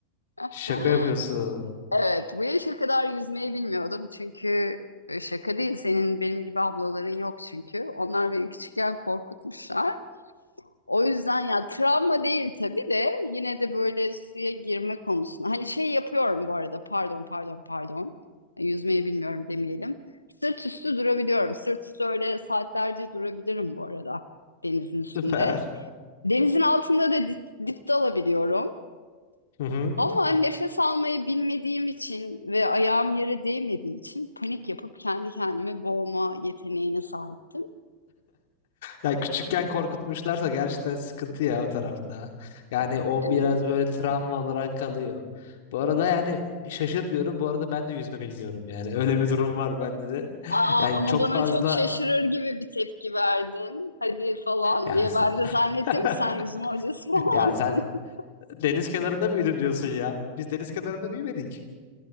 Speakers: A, on the left (about 85°); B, on the left (about 55°).
A: <laughs>
B: Şaka yapıyorsun.
A: Evet, bu yaşa kadar yüzmeyi bilmiyordum çünkü e, şaka değil senin benim gibi ablaların yok çünkü. Onlar beni küçükken korkutmuşlar. O yüzden ya travma değil tabii de yine de böyle suya girme konusunda. Hani şey yapıyorum bu arada pardon pardon pardon E, yüzmeyi bilmiyorum demeyelim. Sırt üstü durabiliyorum. Sırt üstü öyle saatlerce durabilirim bu arada denizin üstünde.
B: Süper.
A: Denizin altında da dip, dip dalabiliyorum.
B: Hı hı.
A: Ama nefes almayı bilmediğim için ve ayağım yere değmediği için panik yapıp kendi kendimi boğma yeteneğine sahiptim.
B: Ya küçükken korkutmuşlarsa gerçekten sıkıntı ya o tarafta. Yani o
A: Evet.
B: biraz böyle travma olarak kalıyor. Bu arada yani şaşırmıyorum. Bu arada ben de yüzme bilmiyorum yani. Öyle bir durum var bende de. <laughs>
A: Aa,
B: Yani
A: ama
B: çok
A: bana
B: fazla
A: çok şaşırır gibi bir tepki verdin. Hadi falan
B: ya
A: diye.
B: s-
A: Ben de
B: <laughs>
A: zannettim ki sen yüzme hocası falansın.
B: ya sen
A: <laughs>
B: deniz kenarında büyüdüm diyorsun ya. Biz deniz kenarında büyümedik.